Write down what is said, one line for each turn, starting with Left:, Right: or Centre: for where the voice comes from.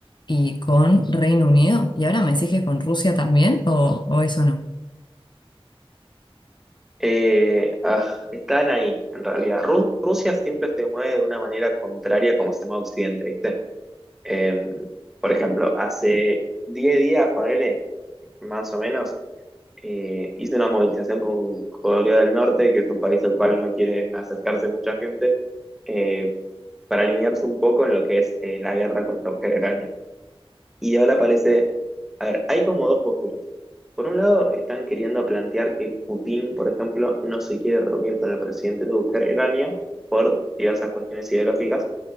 Left: y con Reino Unido. ¿Y ahora me decís que con Rusia también o, o eso no?
Centre: Eh, ah, están ahí, en realidad. Ru- Rusia siempre se mueve de una manera contraria como se mueve Occidente, ¿viste? Eh, por ejemplo, hace 10 días, ponele, más o menos, eh, hice una movilización con Corea del Norte, que es un país al cual no quieren acercarse mucha gente, eh, para alinearse un poco en lo que es eh, la guerra contra Ucrania. Y ahora parece, a ver, hay como dos posturas. Por un lado, están queriendo plantear que Putin, por ejemplo, no se quiere reunir con el presidente de Ucrania por diversas cuestiones ideológicas.